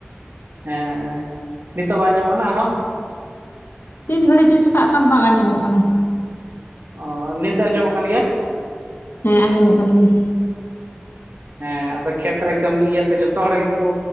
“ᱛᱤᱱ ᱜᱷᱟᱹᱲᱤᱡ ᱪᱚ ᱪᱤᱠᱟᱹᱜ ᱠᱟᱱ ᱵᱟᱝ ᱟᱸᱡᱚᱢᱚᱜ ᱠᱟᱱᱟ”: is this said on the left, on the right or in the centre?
Left